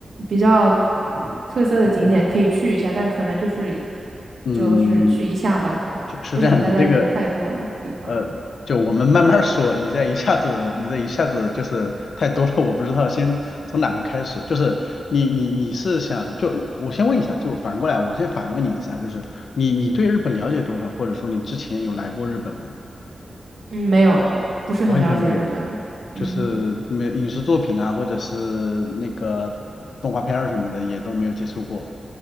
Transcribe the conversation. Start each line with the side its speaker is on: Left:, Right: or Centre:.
Right: 比较嗯特色的景点可以去一下，
Left: 嗯嗯
Right: 但可能就是
Left: 嗯，
Right: 就是去一下吧，可能不想待在人太多的地方。
Left: 是是这样，你这个呃，就我们慢慢说，你这一下子你这一下子就是太多了，我不知道先从哪个开始。就是你你你是想就我先问一下，就反过来我先反问你一下，就是你你对日本了解多少，或者说你之前有来过日本吗？
Right: 嗯，没有，不是很了解日本。
Left: 完全没有。
Right: 嗯。
Left: 就是没影视作品啊，或者是那个动画片儿什么的，也都没有接触过